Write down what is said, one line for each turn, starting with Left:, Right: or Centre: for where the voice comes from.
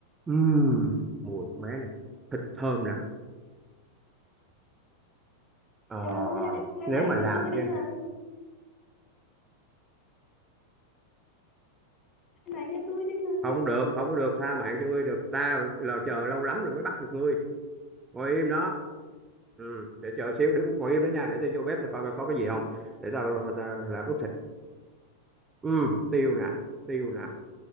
Right: Ừm, mùi con bé này thịt thơm nè ờ,
Left: trời ơi hai hai
Right: nếu
Left: bạn
Right: mà làm
Left: cho tôi đi
Right: chứ
Left: mà hai bạn cho tôi đi mà
Right: không được không có được tha mạng cho ngươi được ta là chờ lâu lắm rồi mới bắt được ngươi ngồi im đó ừ, để chờ xíu đứng ngồi im đó nha để tao vô bếp tao coi coi có cái gì không để tao, tao là ướp ừ tiêu nè tiêu nè